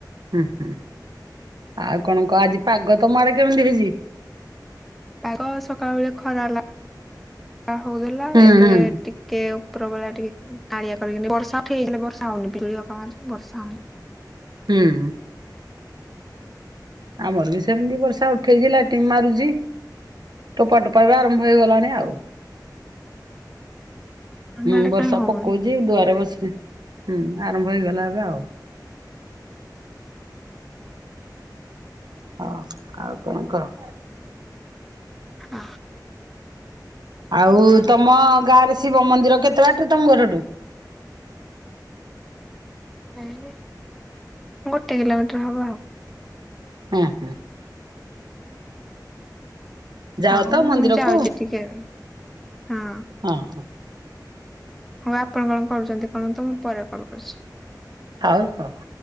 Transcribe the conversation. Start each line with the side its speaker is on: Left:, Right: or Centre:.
Right: ହୁଁ ହୁଁ। ଆଉ କଣ କହ? ଆଜି ପାଗ ତମ ଆଡେ କେମିତି ହେଇଛି?
Centre: ପାଗ ସକାଳ ବଳେ ଖରା ଲ ହଉଥିଲା
Right: ହୁଁ
Centre: ଏବେ
Right: ହୁଁ
Centre: ଟିକେ ଉପରବେଳା ଟିକିଏ କାଁଲିଆ କରିକିନି, ବର୍ଷା ଉଠାଇଥିଲା ବର୍ଷା ହଉନି, ବିଜୁଳି ଅକା ମାରୁଛି ବର୍ଷା ହଉନି।
Right: ହୁଁ। ଆମର ବି ସେମିତି ବର୍ଷା ଉଠୁ ଉଠେଇଥିଲା ଟିମ୍ ମାରୁଛି, ଟୋପା ଟୋପା ବି ଆରମ୍ଭ ହେଇଗଲାଣି ଆଉ।
Centre: ଆମ
Right: ହୁଁ
Centre: ଆଡେ
Right: ବର୍ଷା
Centre: କାଇଁ ହଉନି
Right: ପକଉଛି ଦୁଆରେ ବସି, ହୁଁ ଆରମ୍ଭ ହେଇଗଲା ଏବେ ଆଉ। ହ, ଆଉ କଣ କହ?
Centre: ହ
Right: ଆଉ ତମ ଗାଁରେ ଶିବ ମନ୍ଦିର କେତେ ବାଟ ତମ ଘରଠୁ?
Centre: ଏଇ ଗୋଟେ କିଲୋମିଟର ହବ ଆଉ।
Right: ହୁଁ ହୁଁ। ଯାଅ
Centre: ଆଉ
Right: ତ ମନ୍ଦିରକୁ
Centre: ମୁଁ ଯାଉଛି ଟିକେ, ହଁ।
Right: ହଁ।
Centre: ହଉ ଆପଣ କଣ କରୁଛନ୍ତି କଣନ୍ତୁ ମୁଁ ପରେ କଲ୍ କରୁଛି।
Right: ହୋଉ, ହ।